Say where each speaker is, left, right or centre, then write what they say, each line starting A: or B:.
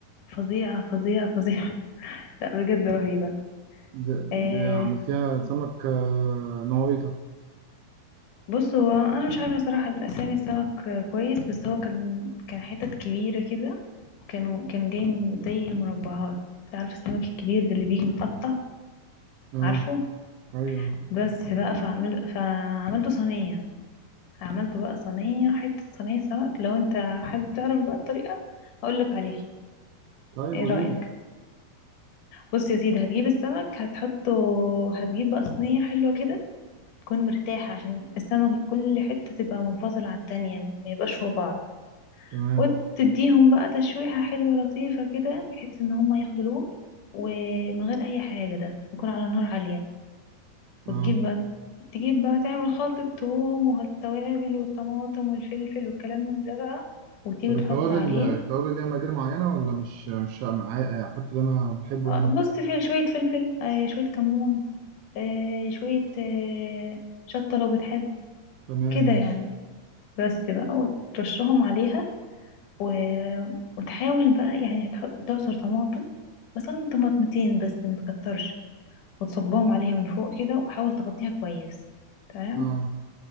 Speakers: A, on the left; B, on the right.
A: فظيعه فظيعه فظيعه <laughs> لا بجد رهيبه
B: ده,
A: آه
B: ده عملتيها سمك آه، نوعيته
A: بص هو انا مش عارفه صراحه الاسامي السمك آه، كويس بس هو كان كان حتت كبيره كده كانوا كان جاي م- زي المربعات عارف السمك الكبير ده اللي بيجي متقطع
B: اه
A: عارفه
B: ايوه
A: بس بقى فعمل فعملته صينيه عملته بقى صينيه حته صينيه سمك لو انت حابب تعرف بقى الطريقه اقولك عليها
B: طيب
A: ايه
B: قولي
A: رايك
B: لي
A: بص يا سيدي هتجيب السمك هتحطه هتجيب بقى صينية حلوة كده تكون مرتاحة عشان السمك كل حتة تبقى منفصلة عن التانية ما يبقاش فوق بعض
B: تمام
A: وتديهم بقى تشويحة حلوة لطيفة كده بحيث ان هما ياخدوا لون ومن غير اي حاجة ده يكون على نار عالية
B: اه
A: وتجيب بقى تجيب بقى تعمل خلطة توم والتوابل والطماطم والفلفل والكلام من ده بقى وتيجي
B: طب
A: تحط
B: التوابل
A: عليه
B: التوابل ليها مقادير معينه ولا مش مش عا- احط اللي انا بحبه
A: آه،
B: يعني
A: بص في شوية فلفل آه، شوية كمون آه، شوية آه، شطة لو بتحب
B: تمام
A: كده
B: ماشي
A: يعني بس بقى وترشهم عليها و... وتحاول بقى يعني تحط تعصر طماطم مثلا طماطمتين بس متكترش وتصبهم عليها من فوق كده وحاول تغطيها كويس تمام
B: اه